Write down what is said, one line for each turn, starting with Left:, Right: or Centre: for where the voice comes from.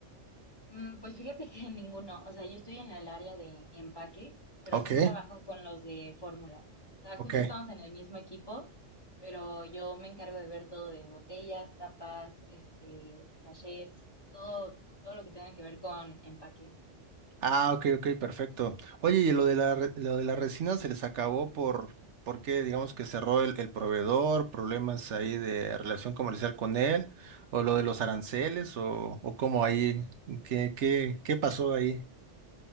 Left: Mm, Pues fíjate que <laughs> ninguno, o sea, yo estoy en el área de empaque, pero
Right: Ok,
Left: sí trabajo con los de fórmula. O sea,
Right: ok.
Left: justo estamos en el mismo equipo, pero yo me encargo de ver todo de botellas, tapas, este, sachets, todo, todo lo que tenga que ver con empaque.
Right: Ah, ok, ok, perfecto. Oye, y lo de la, re- lo de la resina se les acabó por, ¿por qué? Digamos que cerró el, el proveedor, problemas ahí de relación comercial con él, o lo de los aranceles, o, o cómo ahí, ¿qué, qué, qué pasó ahí?